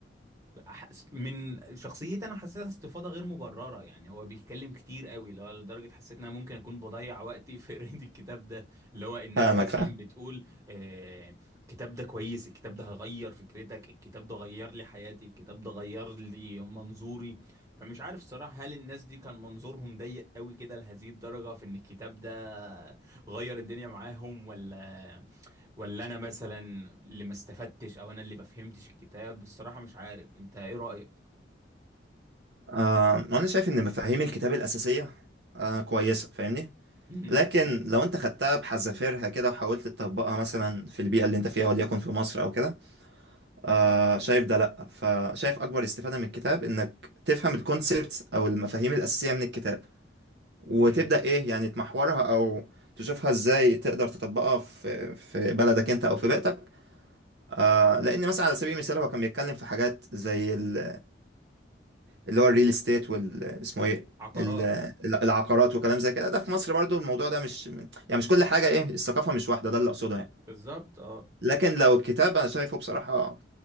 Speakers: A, on the right; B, on the right.
A: أحس- من شخصيتي انا حسيتها استفاضه غير مبرره يعني هو بيتكلم كتير قوي اللي هو لدرجه حسيت ان انا ممكن اكون بضيع وقتي في قرايه الكتاب ده اللي هو الناس
B: فاهمك
A: مثلا
B: فاهم
A: بتقول آه الكتاب ده كويس الكتاب ده هغير فكرتك الكتاب ده غير لي حياتي الكتاب ده غير لي منظوري فمش عارف الصراحه هل الناس دي كان منظورهم ضيق قوي كده لهذه الدرجه في ان الكتاب ده غير الدنيا معاهم ولا ولا انا مثلا اللي ما استفدتش او انا اللي ما فهمتش الكتاب الصراحة مش عارف انت ايه رأيك
B: آه وانا شايف ان مفاهيم الكتاب الاساسيه آه كويسه فاهمني
A: مم.
B: لكن لو انت خدتها بحذافيرها كده وحاولت تطبقها مثلا في البيئه اللي انت فيها وليكن في مصر او كده آه شايف ده لا فشايف اكبر استفاده من الكتاب انك تفهم الكونسبتس او المفاهيم الاساسيه من الكتاب وتبدا
A: مم.
B: ايه يعني تمحورها او تشوفها ازاي تقدر تطبقها في في بلدك انت او في بيئتك آه لان مثلا على سبيل المثال هو كان بيتكلم في حاجات زي ال- اللي هو الريل استيت وال اسمه ايه
A: عقارات
B: ال- ال- العقارات وكلام زي كده ده في مصر برضو الموضوع ده مش يعني مش كل حاجه ايه الثقافه مش واحده ده اللي اقصده يعني
A: بالظبط اه
B: لكن لو الكتاب انا شايفه بصراحه